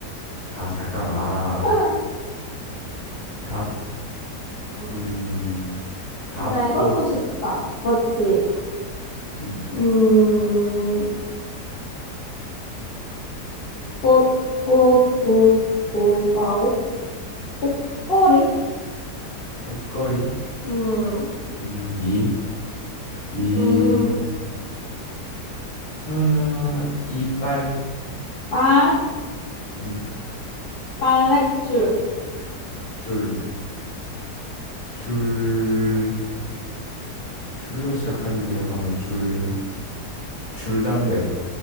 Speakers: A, on the left; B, on the left.
A: 가, 잠깐만. 아,
B: <laughs>
A: 갑,
B: 음.
A: 음, 갑,
B: 근데 이것도
A: 옷,
B: 쉽다. 맞지?
A: 음,
B: 음. 옷, 옷, 옷, 옷, 아, 옷, 옷걸이?
A: 옷걸이,
B: 음,
A: 음, 이, 이,
B: 음,
A: 아, 이빨,
B: 빨,
A: 음,
B: 빨랫줄.
A: 줄, 줄, 줄로 시작하는 게 잠깐만, 줄, 줄담배.